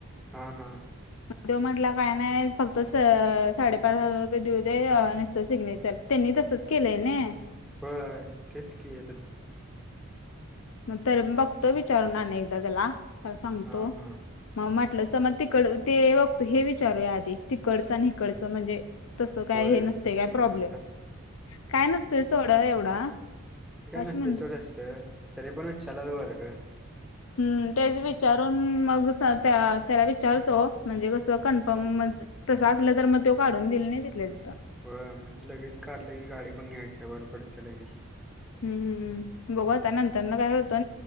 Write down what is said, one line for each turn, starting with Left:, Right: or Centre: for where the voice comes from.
Centre: हां हां
Left: हं तो म्हंटला कायं नाहीं फक्तं साडेपाच हजांर रुपये देऊ दे नसतो सिग्नेचरं त्यांनी तसंच केलंय नं
Centre: होय तेच की आता.
Left: मग तर बघतो विचारून आणि एकदा त्याला त्याला सांगतो.
Centre: हा हा
Left: मग म्हटलं तर मग तिकड ते बघतो हे विचारूया आधी तिकडचं आणि कडचं म्हणजे तसं काय
Centre: होय
Left: हे
Centre: तेच
Left: नसते काय
Centre: की
Left: प्रॉब्लेम.
Centre: तस
Left: काय नसतोय सोढं एवढा.
Centre: नसतंय
Left: म्हणत
Centre: सोड एवढा तरीपण विचारलेलं बरं ग.
Left: ह् तेच विचारून मग त्या त्याला विचारतो म्हणजे कसं कन्फर्म म तसं असलं तर मग तो काढून दिले नाही तिले तिथं.
Centre: हो म्हणजे लगेच काढलं के गाडी पण घ्यायच्या बर पडतते लगेच.
Left: हम् बघु
Centre: हम्म
Left: आता नंतर न काय करतो